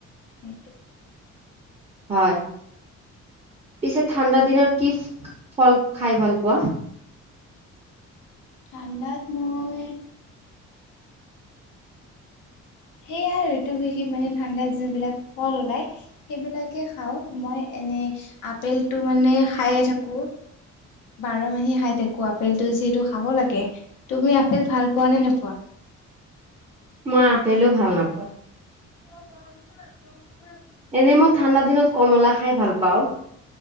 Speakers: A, on the left (about 80°); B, on the right (about 20°).
A: সেইটো।
B: হয় পিছে ঠাণ্ডা দিনৰত কি ফল খাই ভাল পোৱা।
A: থঠাণ্ডাত মই। সেয়া ঋতুভেষিত মানে ঠাণ্ডাত যোন বিলাক ফল ওলাই সেইবিলাকে খাও। মই এনে আপেলটো মানে খায়ে থাকো বাৰ মাহে খাই থাকো আপেলটো যিহেতু খাব লাগে। তুমি আপেল ভাল পোৱা নে নোপোৱা।
B: মই আপেলোও ভাল নাপাওঁ।
A: অ <unintelligible>
B: এনেই মই ঠাণ্ডা দিনত কমলা খাই ভাল পাওঁ।